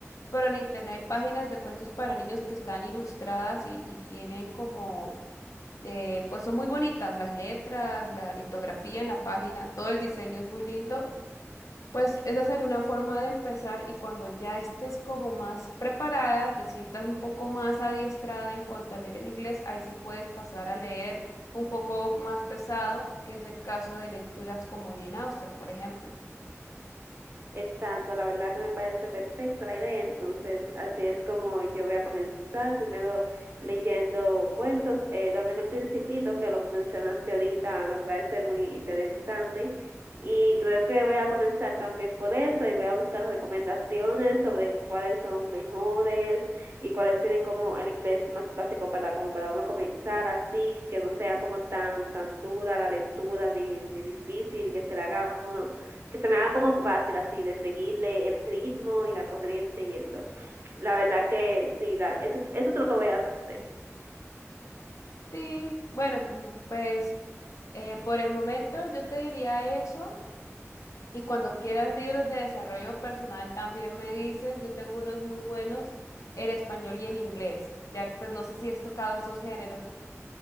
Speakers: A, on the left (about 80°); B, on the right (about 50°).
A: pero en internet hay páginas de cuentos para niños que están ilustradas y, y tienen como eh, pues son muy bonitas las letras, la litografía en la página, todo el diseño es muy lindo. Pues esa sería una forma de empezar y cuando ya estés como más preparada, te sientas un poco más adiestrada en cuanto a leer en inglés, ahí sí puedes pasar a leer un poco más pesado, que es el caso de lecturas como Jane Austen, por ejemplo.
B: Exacto, la verdad que me parece perfecta la idea, entonces así es como yo voy a comenzar, primero leyendo cuentos, eh, también El Principito que lo mencionaste ahorita me parece muy interesante y creo que voy a comenzar también por eso y voy a buscar recomendaciones sobre cuáles son mejores y cuáles tienen como el inglés más básico para como para uno comenzar así, que no sea como tan tan dura la lectura ni, ni difícil y que se le haga a uno que se me haga como fácil así de seguirle el ritmo y la corriente y eso. La verdad que sí, la, eso, es, eso es lo que voy a hacer.
A: Sí, bueno, mm, pues eh, por el momento yo te diría eso. Y cuando quieras libros de desarrollo personal, también me dices, yo tengo unos muy buenos en español y en inglés. Ya, pues no sé si has tocado esos géneros.